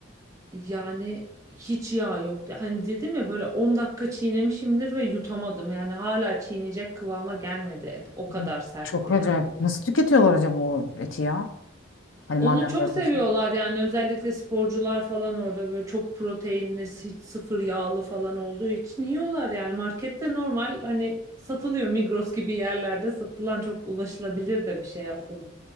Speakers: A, on the right; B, on the left.
A: Yani hiç yağ yoktu. Hani dedim ya böyle 10 dakika çiğnemişimdir ve yutamadım. Yani hala çiğneyecek kıvama gelmedi et. O kadar
B: Hı.
A: sertti
B: Çok acayip.
A: yani.
B: Nasıl tüketiyorlar acaba o eti ya? Hani
A: Onu
B: madem
A: çok
B: böyle.
A: seviyorlar
B: şey.
A: yani özellikle sporcular falan orada böyle çok proteinli, hiç sıfır yağlı falan olduğu için yiyorlar yani. Markette normal hani satılıyor Migros gibi yerlerde satılan çok ulaşılabilir de bir şey aslında.